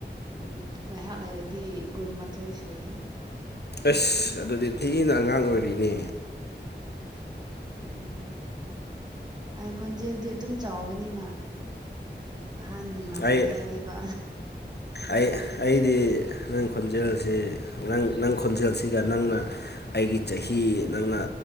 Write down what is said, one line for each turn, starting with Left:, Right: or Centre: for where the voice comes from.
Right: ꯎꯝ ꯉꯥꯏꯍꯥꯛ ꯂꯩꯔꯗꯤ ꯀꯨꯟꯃꯥꯊꯣꯏ ꯁꯨꯔꯅꯤ
Left: ꯑꯁ
Right: ꯎꯝ
Left: ꯑꯗꯨꯗꯤ ꯊꯤꯅ ꯑꯉꯥꯡ ꯑꯣꯏꯔꯤꯅꯦ
Right: ꯎꯝ ꯑꯩ ꯈꯣꯟꯖꯦꯜꯗꯤ ꯑꯗꯨꯝ ꯆꯥꯎꯕꯅꯤꯅ ꯑꯍꯟꯒꯤ ꯃꯥꯜꯂꯤ
Left: ꯑꯩ
Right: ꯍꯥꯏꯕꯩꯕ
Left: ꯑꯩ ꯑꯩꯗꯤ ꯅꯪ ꯈꯣꯟꯖꯦꯜꯁꯤ ꯅꯪ ꯅꯪ ꯈꯣꯟꯖꯦꯜꯁꯤꯒ ꯅꯪꯅ ꯑꯩꯒꯤ ꯆꯍꯤ ꯅꯪꯅ